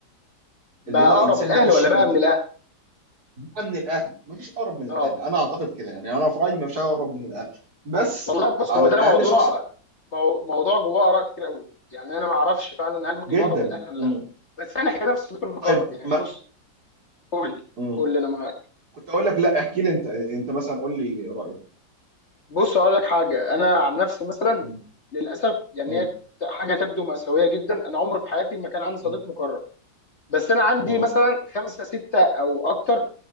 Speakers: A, on the left; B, on the right.
A: بقى
B: اللي هو
A: اقرب
B: انسان
A: من الاهل
B: يخش
A: ولا
B: بيتي
A: بقى من الاهل
B: من الاهلي مفيش اقرب من الاهلي
A: اه
B: انا اعتقد كده يعني انا في رايي مفيش اقرب من الاهلي بس
A: والله بص
B: على
A: هو ده
B: الاقل
A: موضوع
B: شخص
A: مو- موضوع جواه اراء كتير قوي يعني انا ما اعرفش فعلا هل ممكن
B: جدا
A: يقرب من الاهلي ولا
B: مم.
A: لا بس انا خلينا في السلوك المقرب
B: طيب
A: يعني
B: ما
A: بص قول لي
B: مم.
A: قول لي انا معاك
B: كنت اقول لك لا احكي لي انت انت مثلا قول لي رايك
A: بص اقول لك حاجه انا عن نفسي مثلا
B: مم.
A: للاسف يعني
B: مم.
A: هي حاجه تبدو مأساويه جدا انا عمري في حياتي ما كان عندي صديق
B: مم.
A: مقرب بس انا عندي
B: مم.
A: مثلا خمسه سته او اكتر